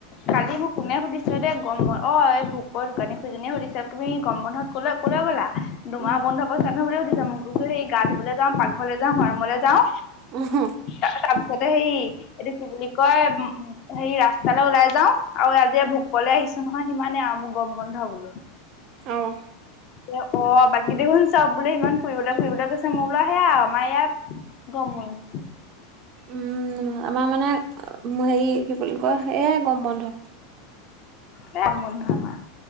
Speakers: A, on the left (about 45°); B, on the right (about 45°).
A: কালি মোক কোনে সুধিছিলে দে গৰম ব অ এই ভোকপৰ দোকানী খুড়ীজনীয়ে সুধিছা তুমি গৰম বন্ধত কলৈ কলৈ গ'লা দুমাহ
B: উম,
A: বন্ধকৰ চ চুনো বুলিয়ে সুধিছে মোক গোছিলি গা ধুবলৈ যাওঁ, পাকঘৰলৈ যাওঁ, শুৱা ৰোমলে যাওঁ
B: উম হু।
A: তা তাৰ পিছতে হেৰি এইটো কি বুলি কয় উম হেৰি ৰাস্তালৈ ওলাই যাওঁ। আৰু আজি ভোক পোৱলে আহিছো নহয় সিমানেই আৰু মোৰ গৰম বন্ধ বুলি।
B: অহ।
A: এ অ বাকী দেখোন চব বোলে ইমান ফুৰিবলৈ ফুৰিবলৈ গৈছে মই বোলা সেয়া আমাৰ ইয়াত গমল
B: উম আমাৰ মানে অম হেৰি কি বুলি কয় এয়ে গৰম বন্ধ।
A: এয়া গৰম বন্ধ আমাৰ।